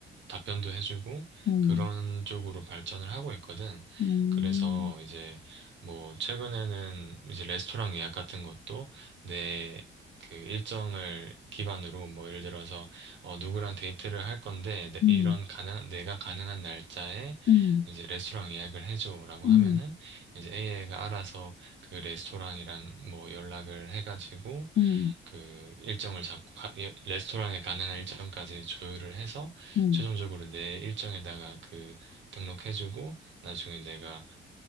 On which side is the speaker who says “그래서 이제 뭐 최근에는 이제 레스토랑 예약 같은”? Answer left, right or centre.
Right